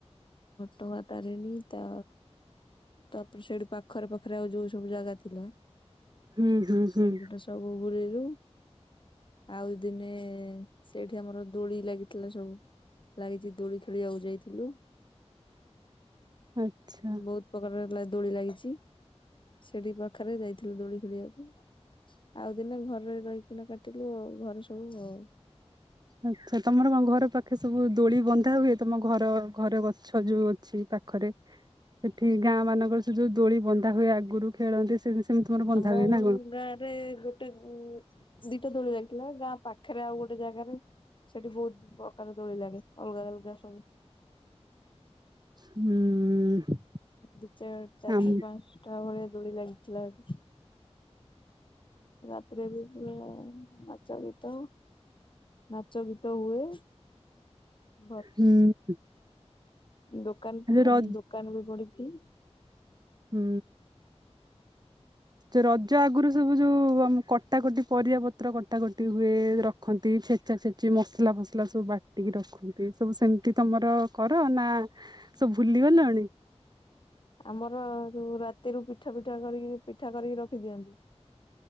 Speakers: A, on the left (about 45°); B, on the right (about 40°).
A: ଟଁ ଆ ତାରିଣୀ ତା ତା'ପରେ ସେଇଠୁ ପାଖରେ ପାଖରେ ଆଉ ଯୋଉ ସବୁ ଜାଗା ଥିଲା,
B: ହୁଁ ହୁଁ
A: ସେଗୁଡ଼ା
B: ହୁଁ।
A: ସ ସବୁ ବୁରିରୁ। ଆଉ ଦିନେ-ଏ ସେଇଠି ଆମର ଦୋଳି ଲାଗିଥିଲା ସବୁ। ଲାଗିଛି ଦୋଳି ଖେଳିିଆକୁ ଯାଇଥିଲୁ।
B: ଆଚ୍ଛା
A: ବହୁତ ପ୍ରକାର ହେଲା ଦୋଳି ଲାଗିଛି। ସେଠି ପାଖରେ ଯାଇଥିଲୁ, ଦୋଳି ଖୋଳିିବାକୁ। ଆଉ ଦିନେ, ଘରେ ରହିକିଣା କାଟିଲୁ ଆଉ ଘରେ ସବୁ ଆଉ।
B: ଆଛା, ତମର କଣ ଘର ପାଖେ ସବୁ ଦୋଳି ବନ୍ଧା ହୁଏ। ତମ ଘର ଘର ଗଛ ଯୋଉ ଅ ଛି, ପାଖରେ ସେଠି ଗାଁ ମାନଙ୍କର ସେ ଯୋଉ ଦୋଳି ବନ୍ଧା ହୁଏ ଆଗରୁ ଖେଳନ୍ତି ସେମ୍ ସେ ସେମିତି ତମର ବନ୍ଧା
A: ଆମ-ଅଁ
B: ହୁଏ ନା କଣ?
A: ଗାଁରେ ଗୋ ଟେଁ, ଦିଟା ଦୋଳି ଲାଗିଥିଲା। ଗାଁ ପାଖରେ ଆଉ ଗୋଟେ ଜାଗାରେ ସେଠି ବହୁତ ପ୍ରକାର ଦୋଳି ଲାଗେ। ଅଲଗା ଅଲଗା ସବୁ।
B: ହୁଁ।
A: ଦି ଚାର୍, ଚାର୍
B: ଆମ
A: ଟା ପାଞ୍ଚଟା ଭଳିଆ ଦୋଳି ଲାଗିଥିଲା ଏଠି। ରାତିରେ ବି ପୁରା ନାଚ ଗୀତ, ନାଚ ଗୀତ ହୁଏ। <unintelligible>
B: ହୁଁ
A: ଦୋକାନ ଫୋକାନ
B: ରଜ
A: ଦୋକାନ ବି ବଢି କି।
B: ହୁଁ। ସେ ରଜ ଆଗରୁ ସବୁ ଯଉ ଆମ କଟାକଟି ପରିବା ପତ୍ର କଟାକଟି ହୁଏ, ରଖନ୍ତି ଛେଚା ଛେଚି ମସଲା ଫସ୍ ସଲା ସବୁ ବାଟିକି ରଖନ୍ତି, ସବୁ ସେମିତି ତମର କର ନା ସବୁ ଭୁଲିଗଲଣି?
A: ଆମର ଯୋଉ ରାତିରୁ ପିଠା ପିଠା କରିକି ପିଠା କରିକି ରଖିଦିଅନ୍ତି।